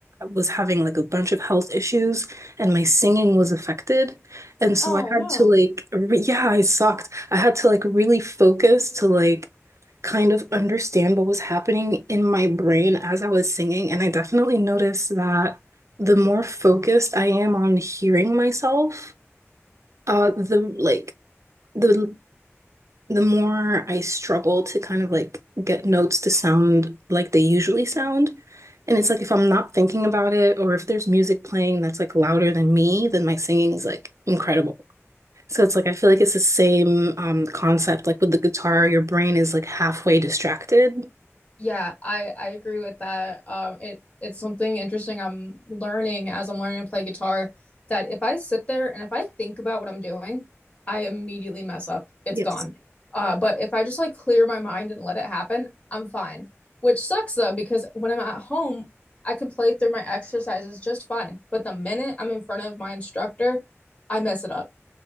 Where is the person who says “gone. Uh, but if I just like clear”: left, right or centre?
Left